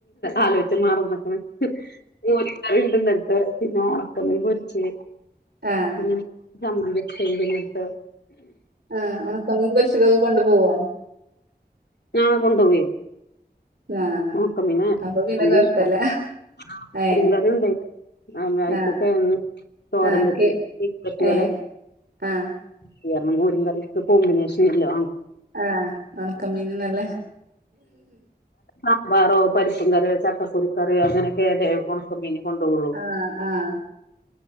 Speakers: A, on the left (about 85°); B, on the right (about 75°).
A: ആലോയ്ച് മാറന്ന്ക്ക്ൻ മൊര് കറിണ്ട് ന്നൽത്തെ പിന്നെ ഒണക്ക മീൻ പൊരിച്ച്
B: ആഹ് ആഹ് കൊണ്ടു പോകാണ്ടാണോ അതോ ആഹ് ആഹ്
A: പിന്നെ
B: എന്താ കറിക്കെന്താ ആഹ്
A: ചമ്മതി അരചത്ണ്ട് ന്നൽത്തെ
B: ആഹ് ഒണക്കമീൻപൊരിചതക്കൊ കൊണ്ടു പോവൊ
A: ആഹ് കൊണ്ടൊവയ്
B: ആഹ്
A: ഒണക്കമീൻ
B: അപ്പൊ പിന്നെ
A: മകൻഷ്ട
B: കൊഴപ്പല്ല
A: <unintelligible>
B: ഏഹ്
A: ഉണ്ടയ് ആ <unintelligible>
B: ആഹ്
A: എങ് തോര
B: ആഹ്
A: വെച്ച്
B: കേ
A: പറ്റിയലെ
B: ഏഹ് ആഹ്
A: കീറണം മോരും കറി ഒക്ക കോമ്പിനേഷൻ ഈലോ
B: ആ ഒണക്ക മീൻ നല്ല
A: ആ വാറോ പരിപ്പും കറിയോ ചക്കകുരു കറിയോ അങ്ങനെ കേത ഒനക്കമീൻ കൊണ്ടവൊള്ളു
B: ആഹ് ആഹ്